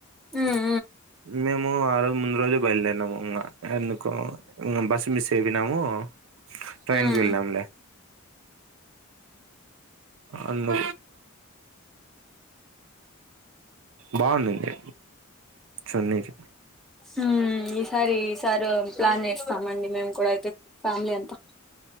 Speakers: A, in the centre; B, on the right (about 70°).
A: ఉమ్
B: మేమ్ ఆ రోజు ముందు రోజే బయలుదేరినాము ఇంగ ఎందుకో బస్ మిస్ అయిపోయినాము ట్రైన్కి
A: ఉమ్
B: వెళ్ళాంలే అందు బాగుండింది చూడనీకి
A: హ్మ్ ఈసారి ఈసారి ప్లాన్ వేస్తామండి మేము కూడా అయితే ఫ్యామిలీ అంతా